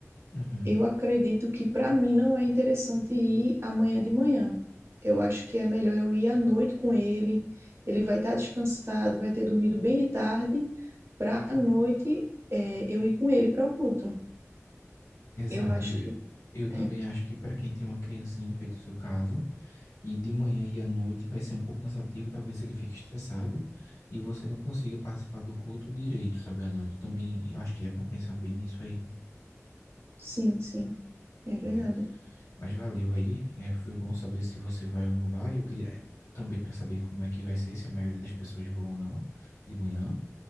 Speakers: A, on the left; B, on the right.
A: Uhum,
B: Eu acredito que para mim não é interessante ir amanhã de manhã. Eu acho que é melhor eu ir à noite com ele. Ele vai estar descansado, vai ter dormido bem de tarde, para à noite é, eu ir com ele para o culto.
A: exato.
B: Eu acho
A: Eu,
B: que
A: eu também
B: é,
A: acho que para quem tem uma criancinha, feito o seu caso, e de manhã e à noite vai ser um pouco cansativo, talvez ele fique estressado e você não consiga participar do culto direito, sabe, à noite. Também eu acho que é bom pensar bem nisso aí,
B: sim, sim, é verdade.
A: né? Mas valeu aí, é, foi bom saber se você vai ou não vai. Eu queria é, também para saber como é que vai ser, se a maioria das pessoas vão ou não de manhã,